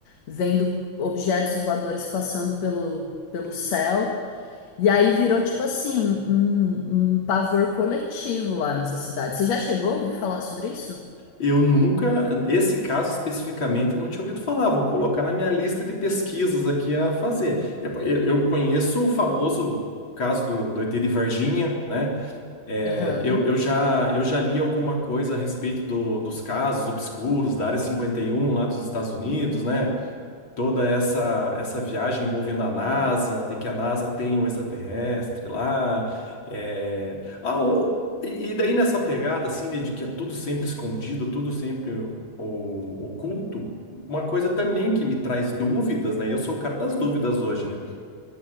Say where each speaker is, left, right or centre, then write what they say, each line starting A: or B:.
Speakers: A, on the left; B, on the left.
A: vendo objetos voadores passando pelo, pelo céu. E aí virou tipo assim, um, um, um pavor coletivo lá nessa cidade. Você já chegou a ouvir falar sobre isso?
B: Eu nunca, esse caso especificamente, não tinha ouvido falar. Vou colocar na minha lista de pesquisas aqui a fazer. Eu, eu- eu conheço o famoso caso do, do ET de Varginha, né? É,
A: Aham.
B: eu, eu já, eu já li alguma coisa a respeito do- dos casos obscuros da Área 51 lá dos Estados Unidos, né? Toda essa, essa viagem envolvendo a NASA, de que a NASA tem um extraterrestre lá. é. Ah, o- e, e daí nessa pegada, assim, né, de que é tudo sempre escondido, tudo sempre o- o- oculto, uma coisa também que me traz dúvidas, né? Eu sou o cara das dúvidas hoje, né?